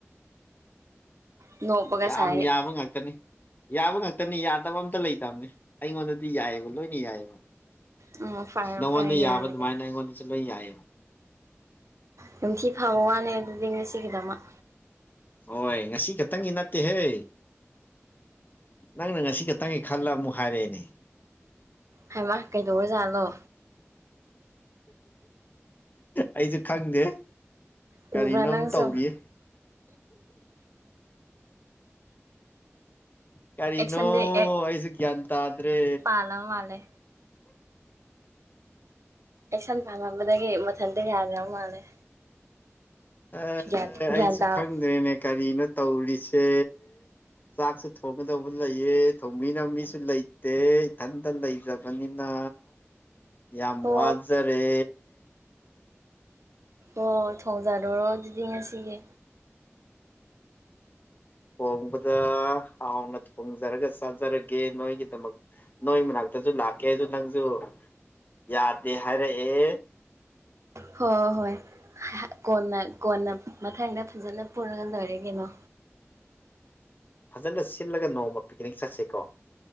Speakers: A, on the right; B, on the left.
A: ꯅꯣꯛꯄꯒ
B: ꯌꯥꯝ
A: ꯁꯥꯏ
B: ꯌꯥꯕ ꯉꯥꯛꯇꯅꯤ ꯌꯥꯕ ꯉꯥꯛꯇꯅꯤ ꯌꯥꯗꯕ ꯑꯝꯇ ꯂꯩꯇꯕꯅꯦ ꯑꯩꯉꯣꯟꯗꯗꯤ ꯌꯥꯏꯌꯦꯕ ꯂꯣꯏꯅ ꯌꯥꯏꯌꯦꯕ
A: ꯎꯝ ꯐꯔꯦ
B: ꯅꯪꯉꯣꯟꯗ
A: ꯐꯔꯦ ꯌꯥꯔꯒꯗꯤ
B: ꯌꯥꯕ ꯑꯗꯨꯃꯥꯏꯅ ꯑꯩꯉꯣꯟꯗꯁꯨ ꯂꯣꯏ ꯌꯥꯏꯌꯦ
A: ꯅꯨꯡꯊꯤ ꯐꯥꯕ ꯋꯥꯅꯦ ꯑꯗꯨꯗꯤ ꯉꯁꯤꯒꯤꯗꯃꯛ
B: ꯍꯣꯏ ꯉꯁꯤ ꯈꯛꯇꯪꯒꯤ ꯅꯠꯇꯦꯍꯦ ꯅꯪꯅ ꯉꯁꯤ ꯈꯛꯇꯪꯒꯤ ꯈꯜꯂ ꯃꯨꯛ ꯍꯥꯏꯔꯛꯑꯦꯅꯦ
A: ꯍꯥꯏꯃ ꯀꯩꯗꯧꯔꯖꯂꯣ
B: ꯑꯩꯁꯨ ꯈꯪꯗꯦ
A: ꯎꯕ꯭ꯔꯥ
B: ꯀꯔꯤꯅꯣꯝ
A: ꯅꯪꯁꯨ
B: ꯇꯧꯔꯤꯌꯦ ꯀꯔꯤꯅꯣ
A: ꯑꯦꯛꯁꯟꯗꯤ
B: ꯑꯩꯖꯨ ꯒ꯭ꯌꯥꯟ ꯇꯥꯗ꯭ꯔꯦ
A: ꯍꯜꯂ ꯃꯥꯜꯂꯦ ꯑꯦꯛꯁꯟ ꯄꯥꯝꯃꯝꯕꯗꯒꯤ ꯃꯊꯟꯇ ꯌꯥꯗ꯭ꯔꯕ ꯃꯥꯜꯂꯦ
B: ꯑꯦ
A: ꯒ꯭ꯌꯥꯟ ꯒ꯭ꯌꯥꯟ
B: ꯑꯩꯁꯨ
A: ꯇꯥ
B: ꯈꯪꯗ꯭ꯔꯦꯅꯦ ꯀꯔꯤꯅꯣ ꯇꯧꯔꯤꯁꯦ ꯆꯥꯛꯁꯨ ꯊꯣꯡꯒꯗꯧꯕ ꯂꯩꯌꯦ ꯊꯣꯡ ꯃꯤꯅ ꯃꯤꯁꯨ ꯂꯩꯇꯦ ꯏꯊꯟꯇ ꯂꯩꯖꯕꯅꯤꯅ ꯌꯥꯝ
A: ꯍꯣ
B: ꯋꯥꯖꯔꯦ
A: ꯑꯣ ꯊꯣꯡꯖꯥꯔꯨꯔꯣ ꯑꯗꯨꯗꯤ ꯉꯁꯤꯒꯤ
B: ꯍꯣꯡꯕꯗ ꯍꯥꯎꯅ ꯊꯣꯡꯖꯔꯒ ꯆꯥꯖꯔꯒꯦ ꯅꯣꯏꯒꯤꯗꯃꯛ ꯅꯣꯏ ꯃꯅꯥꯛꯇꯖꯨ ꯂꯥꯛꯀꯦꯖꯨ ꯅꯪꯖꯨ ꯌꯥꯗꯦ ꯍꯥꯏꯔꯛꯑꯦ
A: ꯍꯣ ꯍꯣꯏ ꯀꯣꯟꯅ ꯀꯣꯟꯅ ꯃꯊꯪꯗ ꯐꯖꯅ ꯄꯨꯜꯂ ꯂꯣꯏꯔꯦ ꯀꯩꯅꯣ
B: ꯐꯖꯅ ꯁꯤꯜꯂꯒ ꯅꯣꯡꯃ ꯄꯤꯛꯅꯤꯛ ꯆꯠꯁꯤꯀꯣ